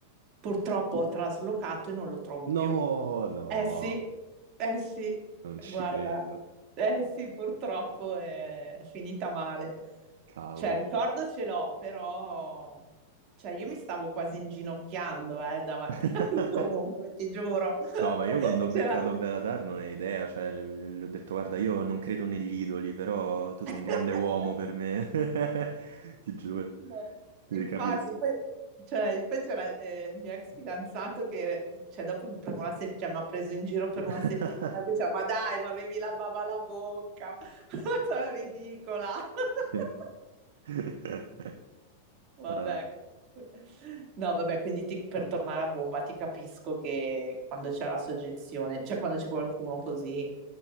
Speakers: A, on the right; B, on the right.
A: purtroppo ho traslocato e non lo trovo
B: no,
A: più.
B: no,
A: Eh sì, eh sì,
B: non ci
A: guarda,
B: credo.
A: eh sì, purtroppo è finita male.
B: Cavoli.
A: Cioè, ricordo ce l'ho, però, cioè, io mi stavo quasi inginocchiando, eh, davanti
B: <laughs>
A: a lui comunque, ti giuro. <laughs>
B: No, ma io quando ho
A: C'era...
B: beccato Belatar non hai idea, cioè, gli gli ho detto guarda, io non credo negli idoli, però tu sei
A: <laughs>
B: un grande uomo per me, <laughs> ti giuro,
A: No,
B: ti
A: infatti,
B: capisco.
A: poi, cioè, poi c'era eh, il mio ex fidanzato che cioè, dopo per una se- cioè, mi ha preso in giro per una
B: <laughs>
A: settimana, che diceva, ma dai, ma avevi la bava alla bocca, <laughs> sono ridicola. <laughs>
B: Sì. <laughs>
A: Vabbè,
B: Eh,
A: comunque. No, vabbè, quindi ti- per tornare a bomba ti capisco che quando c'è la soggezione, cioè quando c'è qualcuno così.